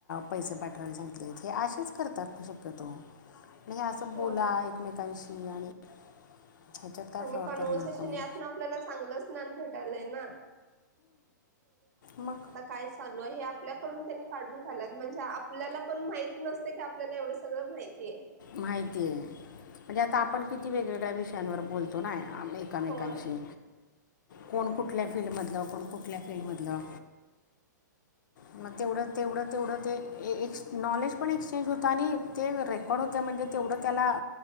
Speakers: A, on the left (about 75°); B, on the right (about 55°).
A: पैसे पाठवायला सांगले, हे असेच करतात शक्यतो. आणि हे असं
B: होय.
A: बोला एकमेकांशी आणि ह्याच्यात काय
B: आणि
A: फ्रॉड
B: कॉन्व्हर्सेशन
A: करणार कोणी
B: यत ना आपल्या ला चांगलंच न्याय भेटलाय ना.
A: मग
B: काय चालू हे आपल्याकडून त्यांनी काून घालात, म्हणजे आपल्याला पण माहीत नसते की आपल्याला एवढं सगळं माहितीये
A: माहिती ये म्हणजे आता आपण किती वेगवेगळ्या विषयांवर बोलतो नाय एकमेकांशी
B: होय
A: कोण कुठल्या फील्ड मधलं कोण कुठल्या फील्डमधलं <inaudible> मग तेवढं तेवढं तेवढं ते ए नॉलेज पण एक्सचेंज होत आणि ते <unintelligible> होतय म्हणजे तेवढं त्याला